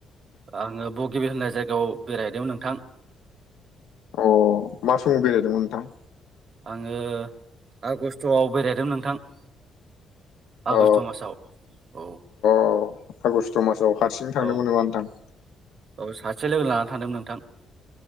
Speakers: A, on the right; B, on the left.
A: आंङो बगिबिल होननाय जायगायाव बेरायदोंमोन नोंथां।
B: अ मा समाव बेरायदोंमोन नोंथां?
A: आंङो आगस्टआव बेरायदों नोंथां। आगष्ट
B: अ
A: मासाव औ
B: अ आगस्ट' मासाव हारसिं थांदोंमोन
A: औ
B: नामा नोंथां?
A: औ सासे लोगो लानानानै थांदोंमोन नोंथां।